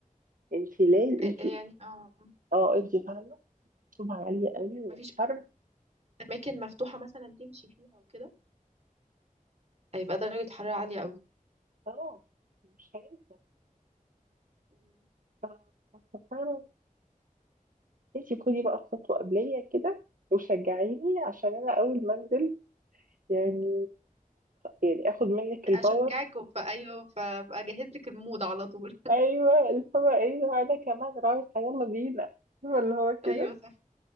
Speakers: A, on the right (about 70°); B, on the right (about 50°).
A: انت لازم
B: آه،
A: انت
B: يعني اه
A: اه انت فاهمة طبعا عالية قوي والحر
B: مفيش اماكن مفتوحه مثلا تمشي فيها وكده هيبقى درجه حراره عاليه قوي
A: اه مش هينفع
B: مم.
A: ف- ففعلا انت خدي بقى خطوة قبلية كده وشجعيني عشان انا اول ما انزل يعني يعني اخد منك
B: اشجعك
A: الباور
B: وف... ايوه ف- فاجهز لك المود على طول
A: ايوه اللي هو ايه ده انا كمان رايحة يلا بينا فاهمة اللي
B: <laughs>
A: هو كده
B: ايوه صح